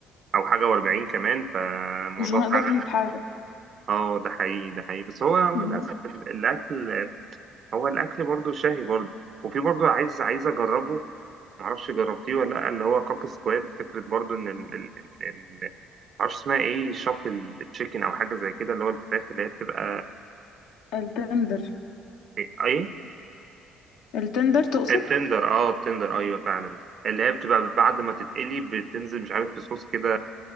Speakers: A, on the right (about 55°); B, on the left (about 75°).
A: او حاجه و40 كمان فالموضوع
B: مش هنقدر
A: فعلا <laughs>
B: نتحرك
A: اه ده حقيقي ده حقيقي بس هو هو
B: مم.
A: للاسف ال- الاكل هو الاكل برضو شهي برضو وفي برضو عايز عايز اجربه معرفش جربتيه ولا لا اللي هو كاك سكواد فكرة برضو ان ال ال ال ال- معرفش اسمها ايه شافل تشيكن او حاجة زي كده اللي هو الفراخ اللي هي بتبقى
B: التندر
A: إيه؟ اي
B: التندر تقصد
A: التندر اه التندر ايوه فعلا اللي هي بتبقى بعد ما تتقلي بتنزل مش عارف في صوص كده